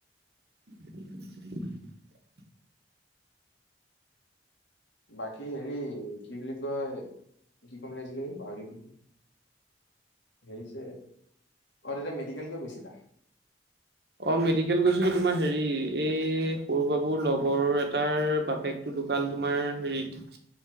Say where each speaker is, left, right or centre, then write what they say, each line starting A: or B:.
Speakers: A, on the right; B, on the left.
A: <inaudible>
B: বাকী হেৰি কি বুলি কয় কি কম বুলি ভাবিছিলোঁ হে পাহৰি থাকিলোঁ নহয়। হেৰিছে অ দাদা মেডিকেল কিয় গৈছিলা?
A: অ মেডিকেল গৈছিলো তোমাৰ হেৰি এই সৰু বাবুৰ লগৰ এটাৰ বাপেকটো ঢুকাল তোমাৰ হেৰিত